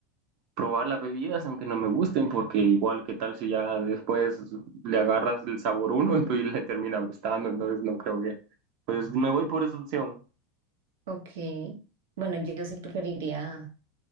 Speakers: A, on the right; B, on the right.
A: probar las bebidas, aunque no me gusten, porque igual qué tal si ya después le agarras el sabor uno <laughs> y pues le termina gustando, entonces no creo que, pues me voy por esa opción.
B: Ok. Bueno, yo, yo sí preferiría